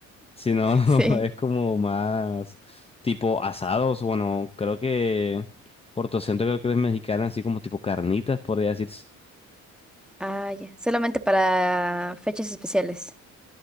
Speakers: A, on the left (about 20°); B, in the centre.
A: Si no, <laughs>
B: Sí.
A: es como más tipo asados. Bueno, creo que por tu acento creo que es mexicana, así como tipo carnitas, podría decirse.
B: Ah, ya. Solamente para fechas especiales.